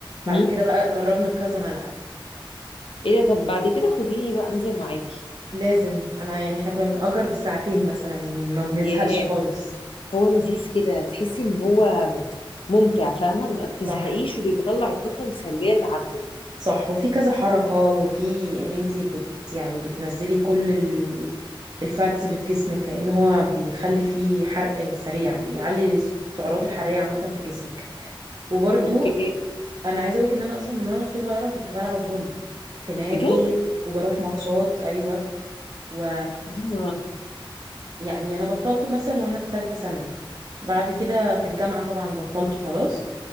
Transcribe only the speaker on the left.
امم
ايه ده طب بعد كده خديني بقى انزل معاكي
ياه
هو لذيذ كده تحسي ان هو ممتع فاهمة ما بتزهقيش
وبيطلع الطاقة السلبية اللي عندك
اوكي
بجد
امم